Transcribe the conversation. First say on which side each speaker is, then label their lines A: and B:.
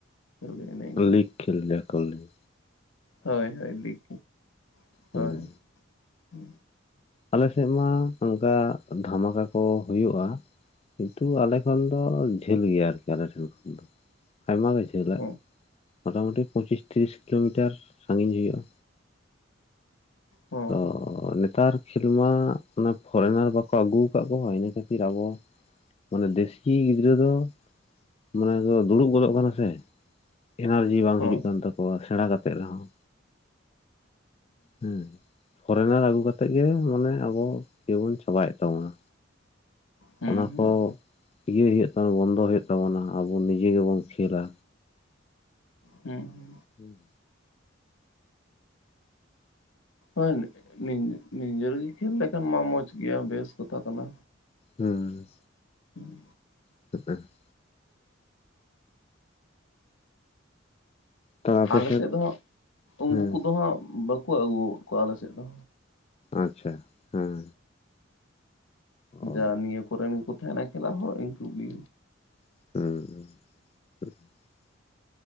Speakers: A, on the left; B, on the left.
A: ᱠᱷᱟᱹᱞᱤ ᱮᱱᱮ ᱤᱱᱠᱟᱹ
B: ᱞᱤᱜᱽ ᱠᱷᱮᱞ ᱜᱮ ᱠᱚ ᱞᱟᱹᱭ
A: ᱦᱳᱭ ᱦᱳᱭ ᱞᱤᱜᱽ ᱜᱮ ᱦᱳᱭ
B: ᱦᱮᱸ
A: ᱦᱩᱸ
B: ᱟᱞᱮ ᱥᱮᱫ ᱢᱟ ᱚᱱᱠᱟ ᱫᱷᱟᱢᱟᱠᱟ ᱠᱚ ᱦᱩᱭᱩᱜᱼᱟ᱾ ᱠᱤᱱᱛᱩ ᱟᱞᱮ ᱠᱷᱚᱱ ᱫᱚ ᱡᱷᱟᱹᱞ ᱜᱮᱭᱟ ᱟᱨᱠᱤ ᱟᱞᱮ ᱴᱷᱮᱱ ᱠᱷᱚᱱ ᱫᱚ ᱟᱭᱢᱟ ᱜᱟᱱ ᱡᱷᱟᱹᱞ ᱪᱟᱞᱟᱜ
A: ᱦᱚᱸ
B: ᱢᱚᱴᱟ ᱢᱩᱴᱤ ᱯᱚᱪᱤᱥ ᱛᱤᱨᱤᱥ ᱠᱤᱞᱳᱢᱤᱴᱟᱨ ᱥᱟᱺᱜᱤᱧ ᱦᱩᱭᱩᱜᱼᱟ᱾
A: ᱦᱚᱸ
B: ᱛᱚ ᱱᱮᱛᱟᱨ ᱠᱷᱮᱞ ᱢᱟ ᱚᱱᱟ ᱯᱷᱚᱨᱮᱱᱟᱨ ᱵᱟᱠᱚ ᱟᱹᱜᱩ ᱟᱠᱟᱫ ᱠᱚᱣᱟ ᱤᱱᱟᱹ ᱠᱷᱟᱹᱛᱤᱨ ᱟᱵᱚ ᱢᱟᱱᱮ ᱫᱮᱥᱤ ᱜᱤᱫᱽᱨᱟᱹ ᱫᱚ ᱢᱟᱱᱮ ᱫᱩᱲᱩᱵ ᱜᱚᱫᱚᱜ ᱠᱟᱱᱟ ᱥᱮ ᱮᱱᱟᱨᱡᱤ ᱵᱟᱝ
A: ᱦᱚᱸ
B: ᱦᱤᱡᱩᱜ ᱠᱟᱱ ᱛᱟᱠᱚᱣᱟ ᱥᱮᱬᱟ ᱠᱟᱛᱮᱜ ᱨᱮᱦᱚᱸ ᱦᱩᱸ ᱯᱷᱚᱨᱮᱱᱟᱨ ᱟᱹᱜᱩ ᱠᱟᱛᱮᱫ ᱜᱮ ᱢᱟᱱᱮ ᱟᱵᱚ ᱤᱭᱟᱹ ᱵᱚᱱ ᱪᱟᱵᱟᱭᱮᱫ ᱛᱟᱵᱚᱱᱟ᱾
A: ᱦᱩᱸ
B: ᱚᱱᱟ ᱠᱚ
A: ᱦᱩᱸ
B: ᱤᱭᱟᱹ ᱦᱩᱭᱩᱜ ᱛᱟᱵᱱᱟ ᱵᱚᱱᱫᱚ ᱦᱩᱭᱩᱜ ᱛᱟᱵᱚᱱᱟ ᱟᱵᱚ ᱱᱤᱡᱮ ᱜᱮᱵᱚᱱ ᱠᱷᱮᱞᱟ᱾
A: ᱦᱩᱸ
B: ᱦᱩᱸ
A: ᱦᱚᱭ ᱱᱤᱡᱮᱨ ᱜᱮ ᱠᱷᱮᱞ ᱞᱮᱠᱷᱟᱱ ᱢᱟ ᱢᱚᱸᱡᱽ ᱜᱮᱭᱟ ᱵᱮᱥ ᱠᱟᱛᱷᱟ ᱠᱟᱱᱟ᱾
B: ᱦᱩᱸ
A: ᱦᱮᱸ
B: <unintelligible> ᱛᱟᱦᱚᱞᱮ ᱟᱯᱮ
A: ᱟᱞ ᱥᱮᱫ ᱫᱚ ᱦᱟᱸᱜ ᱩᱱᱠᱩ
B: ᱦᱮᱸ
A: ᱠᱚᱫᱚ ᱦᱟᱸᱜ ᱵᱟᱠᱚ ᱟᱹᱜᱩ ᱠᱚᱣᱟ ᱟᱞᱮ ᱥᱮᱫ ᱫᱚ
B: ᱟᱪᱪᱷᱟ ᱦᱮᱸ ᱚ
A: ᱡᱟ ᱱᱤᱭᱟᱹ ᱠᱚᱨᱮᱱ ᱜᱮ ᱠᱚ ᱛᱟᱦᱮᱸᱱᱟ ᱠᱷᱮᱞᱟ ᱦᱚᱲ ᱤᱱᱠᱩ ᱜᱮ᱾
B: <unintelligible>